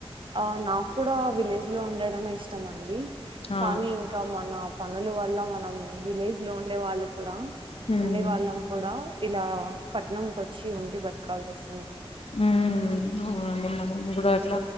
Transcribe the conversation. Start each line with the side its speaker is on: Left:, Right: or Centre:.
Right: ఆ నాక్ కూడా విలేజ్ లో ఉండడమే ఇష్టం అండి
Left: ఆ
Right: కానీ ఇంక మన పనులు వల్ల మనం విలేజ్ లో ఉండే వాళ్ళు కుడా
Left: ఉమ్
Right: ఉండే వాళ్ళం కుడా ఇలా పట్నం కొచ్చి ఉండి బత్కాల్స్ ఒస్
Left: ఊ <unintelligible> ఇబ్బుడు ఎట్ల